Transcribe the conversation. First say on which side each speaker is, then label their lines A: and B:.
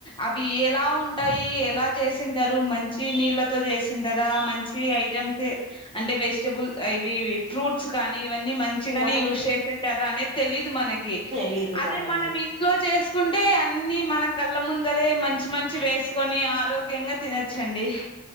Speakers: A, on the left (about 15°); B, on the right (about 20°).
A: అవి ఎలా ఉంటాయి ఎలా చేసింటారు మంచి నీళ్ళతో చేసిం తర మంచి ఐటెమ్సే అంటే వెజిటబుల్ ఇవి ఫ్రూట్స్ కానీ ఇవన్నీ మంచిగానే
B: మనకి
A: యూస్ చేసింటార అనే తెలీదు మనకి
B: తెలీదు
A: అదే
B: మనకి
A: మనం ఇంట్లో చేసుకుంటే అన్ని మన కళ్ళ ముందరే మంచి మంచి వేసుకొని ఆరోగ్యంగా తిన చ్చండి